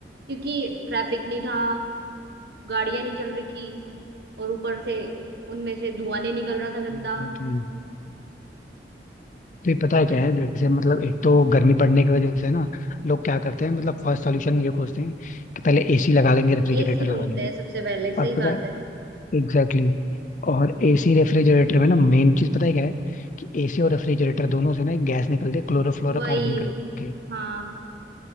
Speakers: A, on the right (about 65°); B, on the left (about 45°).
A: क्योंकि ट्रैफिक नहीं था गाड़ियां नहीं चल रही थी और ऊपर से उनमें से धुआं नहीं निकल रहा था गंदा
B: एग्जैक्टली फिर पता है
A: बस
B: क्या है जैसे मतलब
A: हम्म
B: एक तो गर्मी बढ़ने की वजह से ना लोग क्या करते हैं मतलब फर्स्ट सॉल्यूशन ये खोजते हैं कि पहले एसी लगा लेंगे रेफ्रिजरेटर
A: एसी ढूंढते
B: लगा लेंगे
A: हैं सबसे पहले सही
B: और पता
A: बात
B: है
A: है
B: एग्जैक्टली exactly, और एसी रेफ्रिजरेटर में ना मेन चीज पता है क्या है कि एसी और रेफ्रिजरेटर दोनों से ना एक गैस निकलती है क्लोरोफ्लोरोकार्बन
A: वही
B: करके
A: हाँ